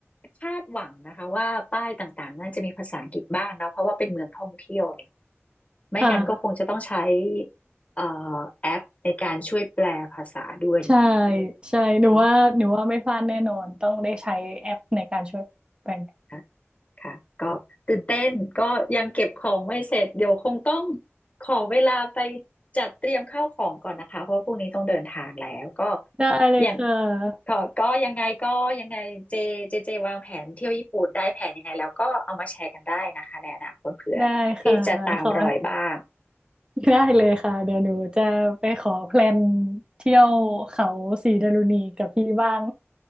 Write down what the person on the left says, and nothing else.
คาดหวังนะคะว่าป้ายต่างๆน่าจะมีภาษาอังกฤษบ้างนะเพราะว่าเป็นเมืองท่องเที่ยวอะไร ไม่งั้นก็คงจะต้องใช้
เอ่อแอปในการช่วยแปลภาษาด้วยอย่างเงี้ย
เนาะค่ะค่ะก็ตื่นเต้นก็ยังเก็บของไม่เสร็จเดี๋ยวคงต้องขอเวลาไปจัดเตรียมข้าวของก่อนนะคะเพราะพรุ่งนี้ต้องเดินทางแล้วก็
อย่างก็ก็ยังไงก็ยังไงเจเจเจวางแผนเที่ยวญี่ปุ่นได้แผนยังไงแล้วก็เอามาแชร์กันได้นะคะในอนาคตเผื่อพี่จะตามรอยบ้าง